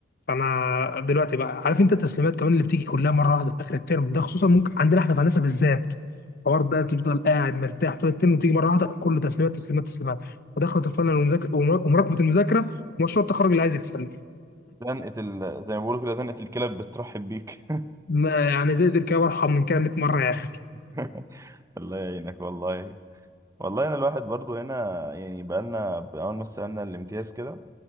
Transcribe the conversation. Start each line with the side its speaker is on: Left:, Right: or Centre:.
Left: فانا دلوقتي بقى عارف انت التسليمات كمان اللي بتيجي كلها مره واحده في اخر الترم ده خصوصا ممكن عندنا احنا في هندسه بالذات الحوار ده تفضل قاعد مرتاح طول الترم وتيجي مره واحده كله تسليمات تسليمات تسليمات ودخلت الفاينل ومذاكر- ومراكمه المذاكره ومشروع التخرج اللي عايز يتسلم
Right: زنقه ال... زي ما بيقولوا كده زنقه الكلاب بترحب بيك
Left: ما- يعني زي الكلام ارحم من كده 100 مره يا اخي
Right: <laughs> الله يعينك والله والله انا الواحد برضو هنا يعني بقالنا اول ما استلمنا الامتياز كده